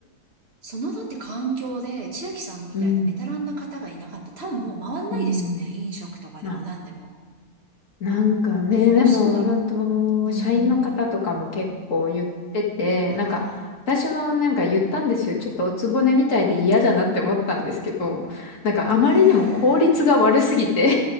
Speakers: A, on the right; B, on the left.
A: そのだって環境で、千秋さんみたいなベテランな方がいなかったら、
B: うん、
A: 多分もう回んないですよね。
B: うん。
A: 飲食とかでも何でも。
B: まあ、なんかね、
A: どうすんだろ
B: でも本当、
A: う。うん。
B: 社員の方とかも結構言ってて、
A: ああ。
B: なんか、私もなんか言ったんですよ。ちょっとおつぼねみたいで嫌だなって思ったんですけど、なんかあまりにも効率が悪すぎて
A: いやー。